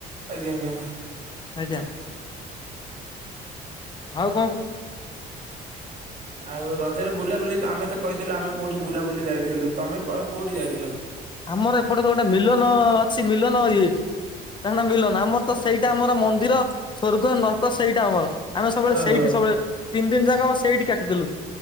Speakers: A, on the right; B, on the left.
A: ଆଜ୍ଞା ଆଜ୍ଞା
B: ଆଜ୍ଞା <unintelligible>
A: ଆଉ ରଜରେ ବୁଲାବୁଲି ତ ଆମେ ତ କହିଥିଲୁ ଆମେ କୋଉଠି ବୁଲାବୁଲି ଯାଇଥିଲୁ ତମେ କ୍ଵ କୋଉଠି ଯାଇଥିଲ?
B: ଆମର ଏପଟେ ତ ଗୋଟେ ମିଲନ ଅଛି ମିଲନ ଇଏ ତା ନା ମିଲନ ଆମର ତ ସେଇଟା ଆମର ମନ୍ଦିର, ସ୍ୱର୍ଗ, ନର୍କ ସେଇଟା ଆମର। ଆମେ ସବୁବେଳେ
A: ଓହୋ
B: ସେଇଠି ସବୁବେଳେ, ତିନି ଦିନ ଯାକ ଆମେ ସେଇଠି କାଟିଦେଲୁ।